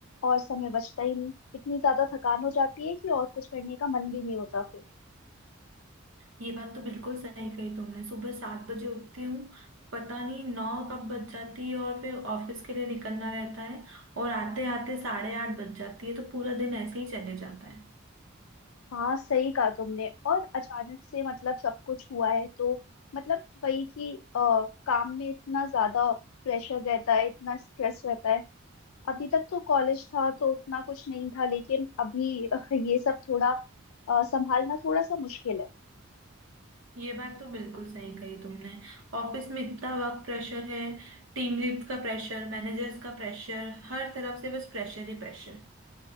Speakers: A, on the left (about 80°); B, on the right (about 65°).
A: और समय बचता ही नहीं इतनी ज्यादा थकान हो जाती है कि और कुछ करने का मन भी नहीं होता फिर
B: ये बात तो बिल्कुल सही कही तुमने सुबह सात बजे उठती हूँ पता नहीं नौ कब बज जाती है और फिर ऑफिस के लिए निकलना रहता है और आते आते साढ़े आठ बज जाती है तो पूरा दिन ऐसे ही चले जाता है
A: हाँ सही कहा तुमने और अचानक से मतलब सब कुछ हुआ है तो मतलब वही कि अ, काम में इतना ज्यादा प्रेशर रहता है इतना स्ट्रेस रहता है अभी तक तो कॉलेज था तो उतना कुछ नहीं था लेकिन अभी <laughs> अ, ये सब थोड़ा अ, संभालना थोड़ा सा मुश्किल है
B: ये बात तो बिल्कुल सही कही तुमने ऑफिस में इतना वर्क प्रेशर है टीम लीड का प्रेशर मैनेजर्स का प्रेशर हर तरफ से बस प्रेशर ही प्रेशर